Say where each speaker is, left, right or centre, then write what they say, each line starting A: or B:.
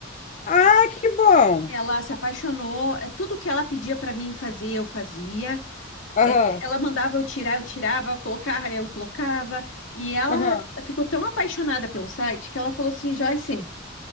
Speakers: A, on the left; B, on the left.
A: Ah, que bom!
B: Ela se apaixonou, é, tudo que ela pedia para mim fazer, eu fazia.
A: Aham,
B: É, Ela mandava eu tirar, eu tirava, colocar, eu colocava. E ela
A: aham.
B: ficou tão apaixonada pelo site que ela falou assim: Joyce,